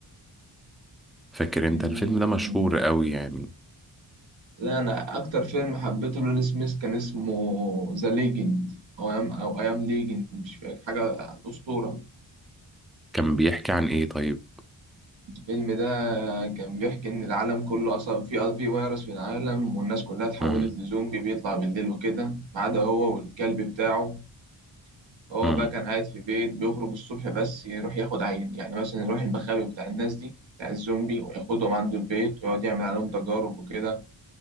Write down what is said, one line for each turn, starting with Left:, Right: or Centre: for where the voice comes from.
Centre: فاكر انت
Right: مم.
Centre: الفيلم ده مشهور قوي يعني
Right: لا أنا أكتر فيلم حبيته لويل سميث كان اسمه ذا ليجند أو أيام أو أيام ليجند مش فاكر حاجة أسطورة
Centre: كان بيحكي عن ايه طيب
Right: الفيلم ده كان بيحكي إن العالم كله أصلا في في فيروس في العالم والناس كلها اتحولت
Centre: امم
Right: لزومبي بيطلع بالليل وكده ما عدا هو والكلب بتاعه هو
Centre: امم
Right: بقى كان قاعد في بيت بيخرج الصبح بس يروح ياخد عين يعني مثلا يروح المخابئ بتاع الناس دي بتاع الزومبي وياخدهم عنده البيت ويقعد يعمل عليهم تجارب وكده